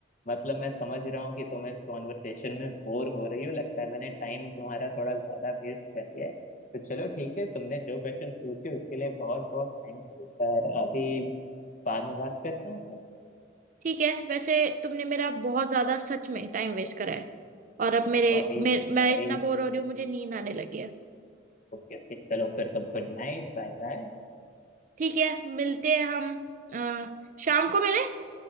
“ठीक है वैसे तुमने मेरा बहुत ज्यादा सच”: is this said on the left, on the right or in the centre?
Right